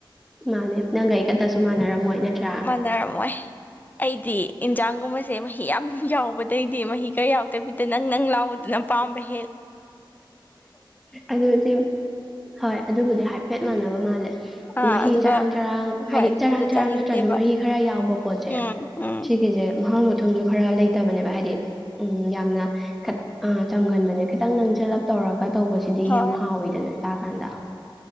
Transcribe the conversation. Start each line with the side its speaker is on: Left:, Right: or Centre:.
Centre: ꯃꯥꯅꯦ ꯅꯪꯒ ꯑꯩꯒꯛꯇꯁꯨ ꯃꯥꯟꯅꯔꯝꯃꯣꯏ ꯅꯠꯇ꯭ꯔꯥ
Left: ꯃꯥꯟꯅꯔꯝꯃꯣꯏ ꯑꯩꯗꯤ ꯏꯟꯖꯥꯡꯒꯨꯝꯕꯁꯦ ꯃꯍꯤ ꯌꯥꯝ ꯌꯥꯎꯕꯗꯩꯗꯤ ꯃꯍꯤ ꯀꯥ ꯌꯥꯎꯗꯕꯤꯗ ꯅꯪ ꯅꯪ ꯂꯥꯎꯕ ꯌꯥꯝ ꯄꯥꯝꯕꯩ
Centre: ꯑꯗꯨꯗꯤ ꯍꯣꯏ ꯑꯗꯨꯕꯨꯗꯤ ꯍꯥꯏꯐꯦꯠ ꯃꯥꯟꯅꯕ ꯃꯥꯜꯂꯦ
Left: ꯑꯥ
Centre: ꯃꯍꯤ
Left: ꯑꯗꯨꯒ
Centre: ꯆꯔꯥꯡ ꯆꯔꯥꯡ ꯍꯥꯏꯗꯤ
Left: ꯍꯣꯏ ꯑꯗꯨꯝꯕꯗꯣ
Centre: ꯆꯔꯥꯡ ꯆꯔꯥꯡ
Left: ꯆꯥꯅꯤꯡꯗꯦꯕ
Centre: ꯅꯠꯇ꯭ꯔꯁꯨ ꯃꯍꯤ ꯈꯔ ꯌꯥꯎꯕ ꯄꯣꯠꯁꯦ
Left: ꯎꯝ ꯎꯝ
Centre: ꯁꯤꯒꯤꯁꯦ ꯃꯍꯥꯎ ꯊꯨꯝꯁꯨ ꯈꯔ ꯂꯩꯇꯕꯅꯦꯕ ꯍꯥꯏꯗꯤ ꯎꯝ ꯌꯥꯝꯅ ꯑ ꯆꯝꯒꯟꯕꯅꯦ ꯈꯤꯇꯪ ꯅꯪꯁꯜꯂꯞ ꯇꯧꯔꯒ ꯇꯧꯕꯁꯤꯗꯤ
Left: ꯍꯣꯏ
Centre: ꯌꯥꯝ ꯍꯥꯎꯋꯤꯗꯅ ꯆꯥꯀꯥꯟꯗ